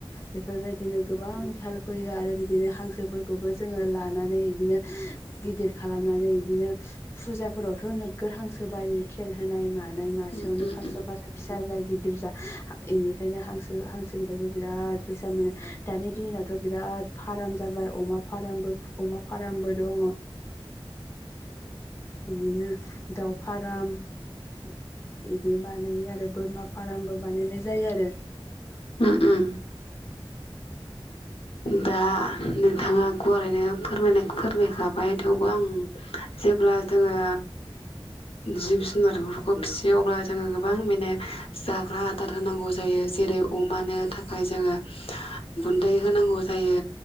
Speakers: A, on the left; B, on the left.
A: बेफोरबायदिनो गोबां हेल्प फैयो आरो बिदिनो हांसोफोरखौबो जोङो लानानै बिदिनो गिदिर खालामनानै बिदिनो फुजाफोराव नोगोर हांसो बायो खेल होनाय मा मानाय मासेयावनो
B: उम उम
A: फास्स'
B: उम
A: फास्स' फिसा जायो। गिदिर जा इनिखायनो हांसो हांसोनिफ्रायबो बिराद फैसा मोनो दानि दिनावथ' बिराद फाराम जाबाय अमा फाराम अमा फारामबो दङ बिदिनो दाव फाराम बिदि बानायो आरो बोरमा फारामबो बानायनाय जायो आरो।
B: ओम ओम। दा नोंथाङा गुवारैनो फोरमाय फोरमायखाबाय थेवबो आं जेब्ला जोङो जिब जुनारफोरखौ फिसियो अब्ला जोङो गोबां माने जाग्रा आदार होनांगौ जायो जेरै अमानो थाखाय जोङो गुन्दै होनांगौ जायो